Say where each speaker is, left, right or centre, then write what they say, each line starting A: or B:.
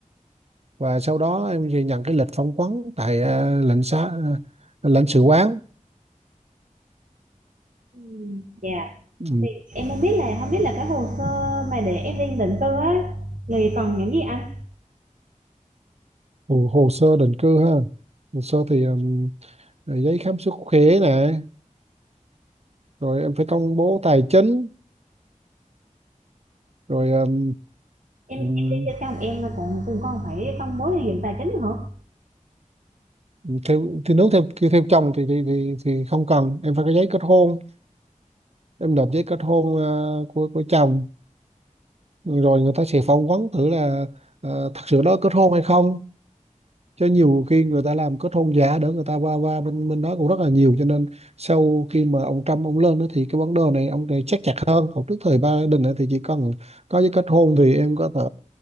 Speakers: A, on the right; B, on the right.
A: và sau đó em thì nhận cái lịch phỏng vấn tại à, lãnh xá à, lãnh sự quán
B: Ừ, dạ.
A: ừ.
B: Thì em không biết là không biết là cái hồ sơ mà để em lên định cư á thì còn những gì anh
A: hồ, hồ sơ định cư ha hồ sơ thì ừm, giấy khám sức khỏe này rồi em phải công bố tài chính rồi ừm,
B: em
A: ừm,
B: em đi theo chồng em mà còn cùng con phải công bố điều kiện tài chính hả
A: theo thì nếu theo theo chồng thì thì thì, thì không cần em phải có giấy kết hôn em nộp giấy kết hôn ờ, của của chồng rồi người ta sẽ phỏng vấn thử là ờ, thật sự đó kết hôn hay không cho nhiều khi người ta làm kết hôn giả để người ta qua qua bên bên đó cũng rất là nhiều cho nên sau khi mà ông Trump ông lên đó, thì cái vấn đề này ông này chắc chặt hơn còn trước thời Biden ấy, thì chỉ cần có giấy kết hôn thì em có thể